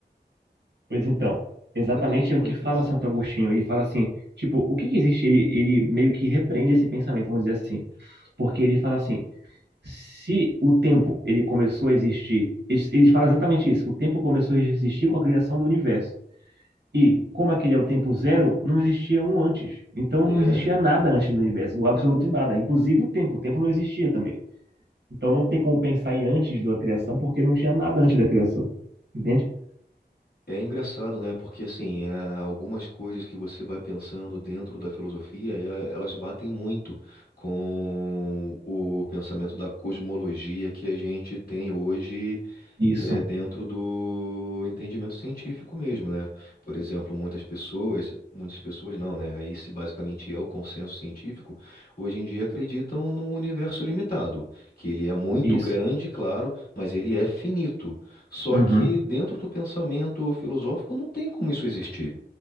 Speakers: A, on the right (about 75°); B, on the left (about 55°).
A: Pois então, exatamente
B: Como é que a gente pode
A: é o que fala
B: pensar
A: Santo
B: nisso?
A: Agostinho. Ele fala assim, tipo, o que que existe? Ele, ele meio que repreende esse pensamento, vamos dizer assim, porque ele fala assim, se o tempo ele começou a existir, ele ele fala exatamente isso, o tempo começou a existir com a criação do universo. E como aquele é o tempo zero, não existia um antes. Então
B: É.
A: não existia nada antes do universo, o absoluto nada, inclusive o tempo, o tempo não existia também. Então não tem como pensar em antes da criação porque não tinha nada antes da criação. Entende?
B: É engraçado, né? Porque assim, é, algumas coisas que você vai pensando dentro da filosofia, e a- elas batem muito com o pensamento da cosmologia que a gente tem hoje
A: Isso,
B: é, dentro do entendimento científico mesmo, né? Por exemplo, muitas pessoas, muitas pessoas não, né? Esse basicamente é o consenso científico, hoje em dia acreditam num universo limitado, que ele é muito
A: isso.
B: grande, claro, mas ele é finito. Só
A: Uhum.
B: que dentro do pensamento filosófico não tem como isso existir.